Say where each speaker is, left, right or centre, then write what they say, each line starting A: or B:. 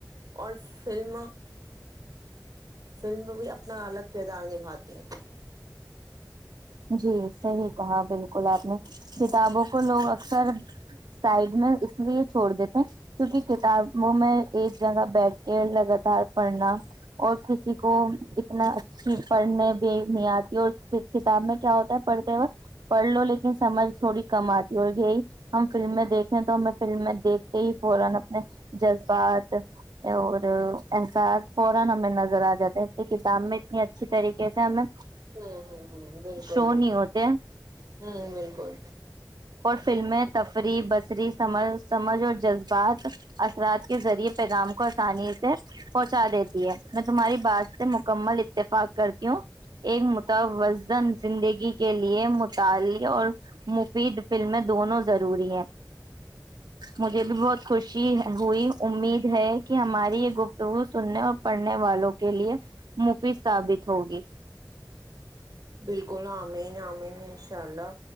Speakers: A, on the right; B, on the right.
A: اور فلم فلم بھی اپنا الگ کردار نبھاتی ہے
B: جی صحی کہا بالکل گلاپ نے کتابوں کو لوگ اکثر سائڈ میں اس لیے چھوڑ دیتے کیونکہ کتابوں میں ایک جگہ بیٹھ کے لگاتار پڑھنا اور کسی کو اتنا اچھی پڑھنے بھی نہیں آتی اور کتاب میں کیا ہوتا ہے پڑتے وقت پڑ لو لیکن سمجھ تھوڑی کم آتی اور یہی ہم فلمیں دیکھنے تو ہمیں فلمیں دیکھتے ہی فورن اپنے جذبات اور احساس فورن ہمیں نظر آجاتے ہیں کتاب میں اتنی اچھی طریقہے سے ہمیں
A: <unintelligible> بالکل
B: شو نہیں ہوتے ہیں
A: ہوں بالکل
B: اور فلمیں تفریح بصری سمج سمجھ اور جذبات اثرات کے ذریعے پیغام کو آسانی سے پہنچا دیتی ہے میں تمہاری بات سے مکمل اتفاق کرتی ہوں ایک متون زندگی کے لیے مطع اور مفید فلمیں دونوں ضروری ہیں مجھے بھی بہت خوشی ہوئی امید ہے کہ ہماری یہ گفتگو سننے اور پڑھنے والوں کے لیے مفید ثابت ہوگی
A: بالکل آمین آمین ان شاء اللہ